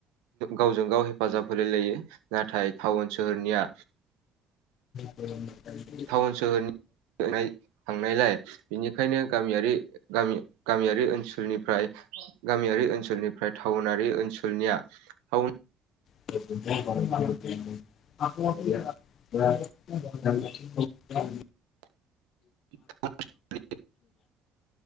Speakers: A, on the right (about 90°); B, on the left (about 60°).
A: गावजों गाव हेफाजाब होलाय लायो नाथाय टाउन सोहोरनिया
B: <inaudible>
A: टाउन सोहोरनि थांनाय थांनायलाय बेनिफ्रायनो गामियारि गामि गामियारि ओनसोलनिफ्राय गामियारि ओनसोलनिफ्राय टाउनारि ओनसोलनिया टाउन
B: <inaudible> <unintelligible>
A: <unintelligible>